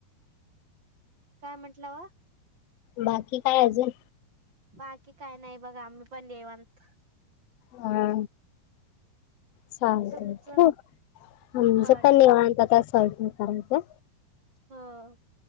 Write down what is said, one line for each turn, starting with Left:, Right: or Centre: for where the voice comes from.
Right: काय म्हंटला वा?
Left: बाकी काय अजून?
Right: बाकी काही बघा आम्ही निवांत.
Left: हा. चालते
Right: तुमचं
Left: अ, बसावं
Right: हो ठेव
Left: निवांत असं शांत.
Right: हा.